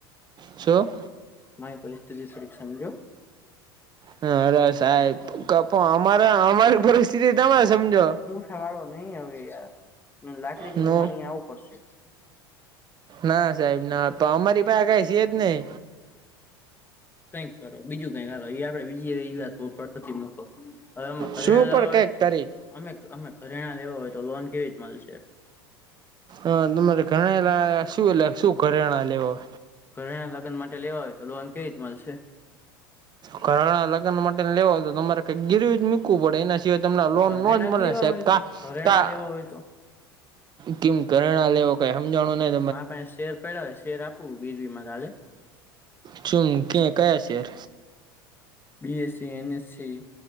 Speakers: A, on the right; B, on the left.
A: શું
B: મારી પરિસ્થિતિ થોડીક સમજો
A: હા, અરે સાહેબ કપો અમારા અમારી પરિસ્થિતિ તમે સમજો.
B: આ વાળો નઈ અવે યાર, મારે લાકડી લઈને
A: નો
B: અહીં આવું પડશે.
A: ના સાહેબ ના પણ અમારી પાસે કઈ છેજ નઈ
B: કંઈક કરો, બીજું કઈક, આલો આપડે બીજી <unintelligible> નથી મૂકો એમાં ઘરેણા
A: શું
B: લેવા
A: પણ
B: હોય
A: કઈક કરી
B: અમે અમે ઘરેણા લેવા હોય, તો લોન કેવી રીત મળશે?
A: અહ તમારે ઘરેણા <unintelligible> શું એટ શું ઘરેણા લેવા?
B: ઘરેણા લગન માટે લેવા હોય તો લોન કેવી રીત મળશે?
A: ઘરેણા લગ્ન માટે લેવા તો તમારે કઈક ગીરવી જ મૂકવું પડે એના સિવાઈ જયો તમને
B: તો
A: લોન
B: ઘરેણા
A: ન જ મળે
B: લેવા
A: સાહેબ
B: હોય
A: કા
B: તો ઘરેણા
A: કા
B: લેવા હોય તો
A: કેમ ઘરેણા લેવો કઈ હમજાનું નઈ
B: મારા પાહે શેર પડ્યા, શેર આપું વીરવીમાં કાલે?
A: શુંમ કે કયા share?
B: B S C, N S C,